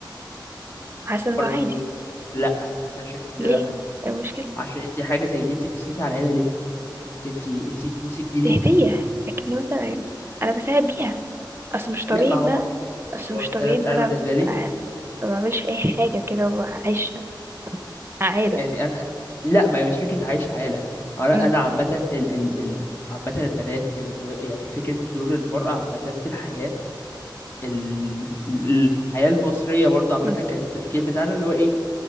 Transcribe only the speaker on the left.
برضو
لا انا شايف ان ده
لا
عشان انت حاجه زي دي انت بتصرفي على العيله ليه انت انت فلوسك دي ليكي
لا ما
هو
بس
هو
ش-
انا
انا
بالنسبه
لي
يعني انا لا ما هي مش فكره عايش عيله هو انا
انا عامه ال ال ال عامه البنات الو- يعني فكره دور المراه عامه في الحياه ال- ال- الحياة المصرية برضو عامة
كان التفكير بتاعنا اللي هو ايه